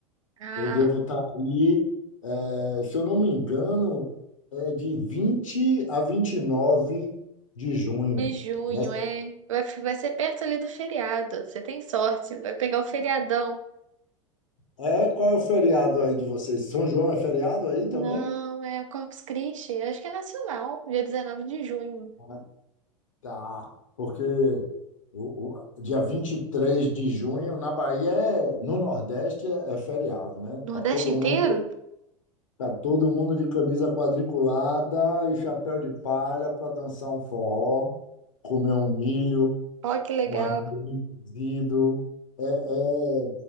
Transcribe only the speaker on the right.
Ah,
em junho,
é. Vai, vai ser perto ali do feriado. Você tem sorte, vai pegar o feriadão.
Não, é o Corpus Christi. Acho que é nacional, dia 19 de junho.
Nordeste
inteiro?
Ó, que legal.